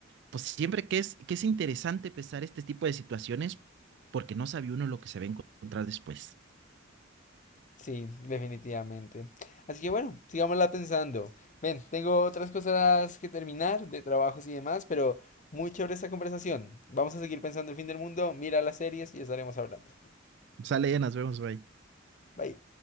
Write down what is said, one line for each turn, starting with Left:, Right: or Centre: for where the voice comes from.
Right: pues siempre que es, que es interesante pensar este tipo de situaciones porque no sabe uno lo que se va a encontrar después.
Left: Sí, definitivamente. Así que bueno, sigámosla pensando. Ven, tengo otras cosas que terminar, de trabajos y demás, pero muy chévere esta conversación. Vamos a seguir pensando el fin del mundo, mira las series y estaremos hablando.
Right: Sale, ya nos vemos, bye.
Left: Bye.